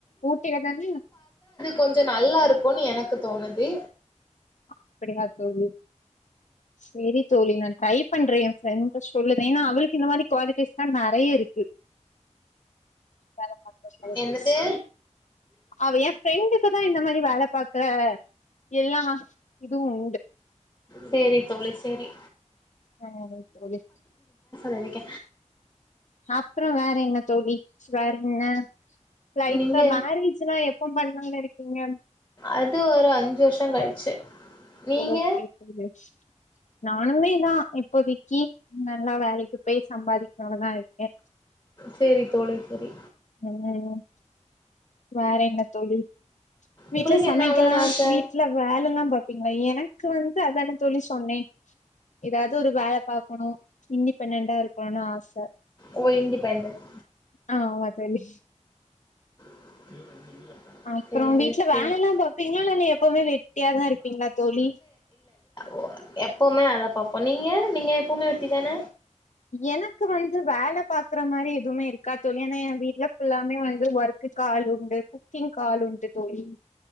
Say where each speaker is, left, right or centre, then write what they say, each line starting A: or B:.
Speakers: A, on the left (about 70°); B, on the left (about 15°).
A: ஊட்டில தான
B: கொஞ்சொ நல்லா இருக்கூனு எனக்கு தோணுது
A: அப்டியா தோழி சேரி தோழி நா ட்ரை பண்றே ஏ ஃப்ரெண்ட சொல்லுத ஏனா அவளுக் கு இந்த மாரி குவாலிட்டீஸ்தா நறைய இருக்கு ஒ கழட்டி
B: என்னது
A: அவ எ ஃப்ரெண்டுக்குதா இந்த மாரி வேல பாக்கற எல்லா இதுவு உண்டு
B: செரி தோழி செரி
A: ஆ தோழி
B: நெனைக்க
A: அப்ற வேற என்ன தோழி வேற என்ன லைஃப்ல
B: நீங்க
A: மேரேஜ்ல்லா எப்ப பண்ணனு நெனைக்கிங்க
B: அது ஒரு அஞ்சு வருஷங் கழிச்சு நீங்க
A: ஓகே தோழி நானுமேதா இப்போதைக்கு நல்லா வேலைக்கு போய் சம்பாதிக்கணுன்தா இருக்கே
B: செரி தோழி செரி
A: ம் வேற என்ன தோழி வீட்ல
B: உங்களுக்கு
A: சமைக்கலா
B: என்ன ஆவணுன்னு ஆச
A: வீட்ல வேலெல்லா பாப் பிங்ளா எனக்கு வந்து அதான தோழி சொன்னே எதாது ஒரு வேல பாக்கணு இன்டிபெண்டண்ட்டா இருக்கணுனு ஆச
B: ஓ இண்டிபெண்டன்ட்
A: ஆமா தோழி
B: <inaudible>
A: அப்றோ
B: சேரி
A: வீட்ல வேலல்லா
B: சேரி
A: பாப்பிங்ளா இல்ல எப்பவுமே வெட்டியாதா இருப்பிங்ளா தோழி
B: ஓ எப்பமே வேலை பாப்போ நீங்க நீங்க எப்பவுமே வெட்டி தான
A: எனக்கு வந்து வேல பாக்கற மாரி எதுவுமே இருக்கா தோழி ஏன்னா என் வீடுலா ஃபுல்லாமே வந்து ஒர்க் க்கு ஆள் உண்டு குக்கிங்கு ஆள் உண்டு தோழி